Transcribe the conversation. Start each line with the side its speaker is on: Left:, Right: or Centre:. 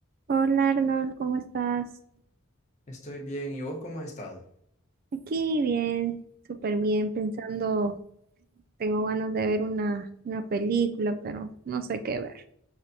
Right: Hola Arnold, ¿cómo estás?
Left: Estoy bien. ¿Y vos cómo has estado?
Right: Aquí bien, súper bien, pensando, tengo ganas de ver una, una película, pero no sé qué ver.